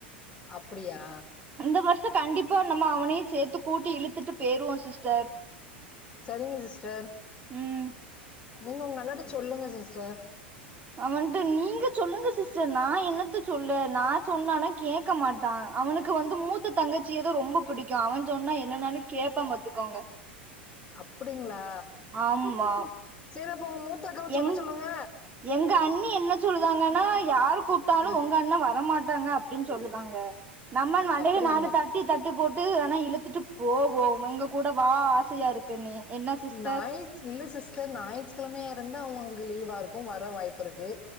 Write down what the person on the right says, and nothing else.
இந்த வருஷோம் கண்டிப்பா நம்ம அவனையும் சேத்து கூட்டி இழுத்துட்டு பேயிருவோம் சிஸ்டர்
உம்
அவன்ட்ட நீங்க சொல்லுங்க சிஸ்டர் நா என்னத்த சொல்ல நா சொன்னானா கேக்க மாட்டா அவனுக்கு வந்து மூத்த தங்கச்சியதா ரொம்ப புடிக்கு அவ சொன்னா என்னன்னாலு கேப்பா பாத்துக்கோங்க
ஆமா
எங்
எங்க அண்ணி என்ன சொல்லுதாங்கன்னா யாரு கூப்ட்டாலு
உங்க அண்ண வரமாட்டாங்க அப் டின் சொல்லுதாங்க நம்ம மண்டைய
நாலு தட் டி தட்டி போட்டு வேனா இழுத்துட்டு போவோம் எங்க கூட வா ஆசையா இருக்குன்னு என்ன சிஸ்